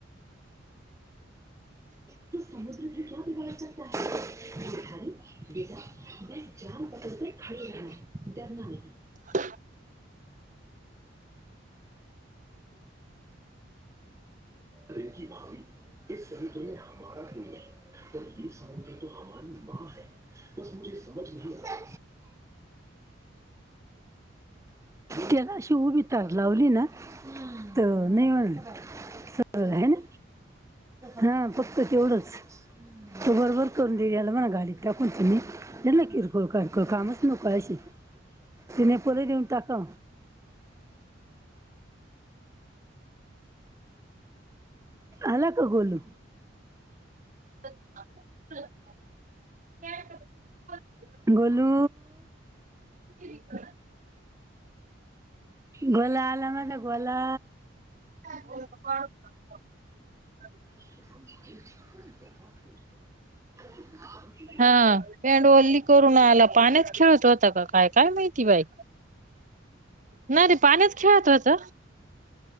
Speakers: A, on the right (about 15°); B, on the right (about 40°).
A: त समुद्र म क बिघाडकता खटा <inaudible> छान प खाळ नाही त्यांना नाही.
B: हा,
A: ट्रनकी भारी संयुग्र म हमारा नाही आहे <inaudible> तर सौ ह मां है <inaudible> <inaudible> बसे समज नाही आ त्यालाशी उभीत लावली ना तर नाही म्हण. आहे ना हा फक्त तेवढंच. तो बरोबर करून देऊ याला मणा घालीत टाकून तुम्हीना किरकोळ काको कामच. नकाळशी तिने परत येऊन टाका. अला का गोलू.
B: <inaudible>
A: गोलू.
B: ह <inaudible>
A: गोला आला माझा गोला.
B: ह <inaudible>
A: <inaudible> <inaudible>
B: हा पॅडवल्ली करून आला पाण्यात खेळत होता का. काय काय माहिती बाई नाही रे पाण्यातच खेळत होत.